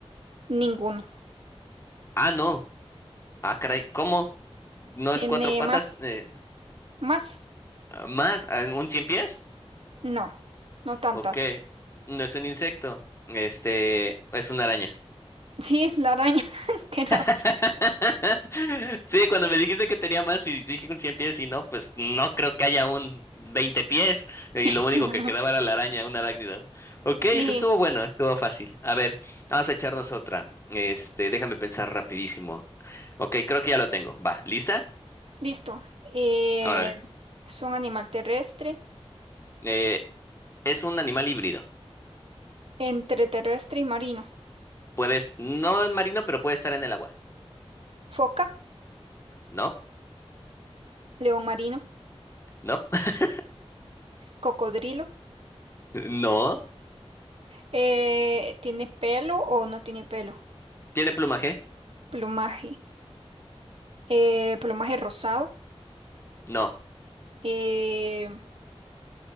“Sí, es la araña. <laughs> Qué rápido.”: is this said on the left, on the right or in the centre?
Right